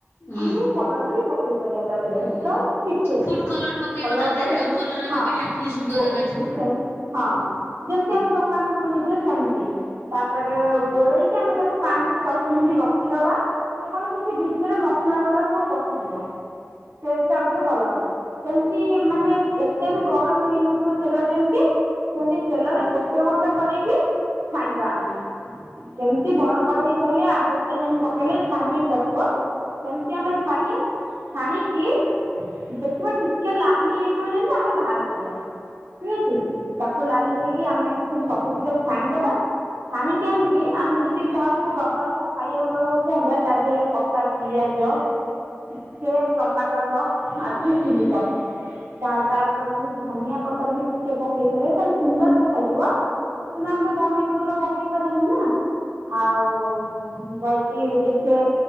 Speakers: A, on the left; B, on the right.
A: ହୁଁ
B: ଆମେ ଟିକେ କଲର୍ ବି ପକେଇ ପାରିବା ତା ଦେହେରେ
A: ହୁଁ।
B: ଯଷ୍ଟ୍ ଟିକେ।
A: ଫୁଡ
B: କଲର୍
A: କଲର ପକେଇବ ତା ଦେହରେ
B: କରେ
A: ଆଉ କଲର ହେବା
B: ହଁ
A: ପାଇଁ ଆଖିକି ସୁନ୍ଦର
B: ଗୋ
A: ଦେଖାଯିବ ଆଉ।
B: ସେ ହଁ ଯେମିତି
A: ହୁଁ
B: ଆମେ ଦୋ କାନୁ କିଣିଚେ ସେମତି ତାପରେ ଗୋଳେଇକି ଆମେ ତାକୁ ପାଞ୍ଚ ରୁ ଦଶ ମିନିଟ୍ ରଖିଦବା ଯେକୌଣସି ସେ ଭିତରେ ମସଲା ଗୁରା ସବୁ ପସି ସିଯିବ ଟେଷ୍ଟ୍ ଆଉ ଟିକେ ଭଲ ହବ ସେମତି ମାନେ ଏ ସେ ବି ଗରମ୍ ହେଇନଥିବ ତେଲ ଯେମିତି ସେମତି ତେଲରେ ଗୋଟେ ଗୋଟେ କରିକି ଛାଣିବା ଆମେ ଯେମିତି ବଡ କଢେଇ ଧଇଲେ ଆଠ ଦଶଟା ଯେମିତି ପକେଇଲେ ଛାଣି ହେଇପାରି ଥିବ ସେମ୍ତି ଆମେ ଛାଡ଼ିବା ଛାଣିକି ଦେଖିବା ଟିକେ ଲାଲ୍ ଲି ହେଇଯିବ ଯେମ୍ତି ଆମେ ବାହାର କରିବା ଠିକ୍ ଅଛି ତାକୁ ଲାଲି ହେଇକି ଆମେ ସବୁ ତିକ ଛାଣିଦବା ଛାଣିକି ଆଣିକି ଆମେ ଯଦି କାହାକୁ ଦବାକୁ ଖାଇବାକୁ ଦବାକୁ ସିଉଁଦା ତା ଦେହରେ କଟା ପିଆଜ ଟିକେ ଟମାଟୋ ସକ୍ ଆଉ ଟିକେ ଚିଲି ସକ୍ ତା ତାପରେ ଯଦି ଧନିଆ ପତର ବି ଟିକେ ପକେଇ ପାରିବ ତାଲେ ସୁନ୍ଦର୍ ଦେଖାଯିବ କିନୁ ଆମେ ତ ଧନିଆ ପତ୍ର ପକେଇ ପାରିବାନି ନା ଆଉ ଯାଇକି ଟିକେ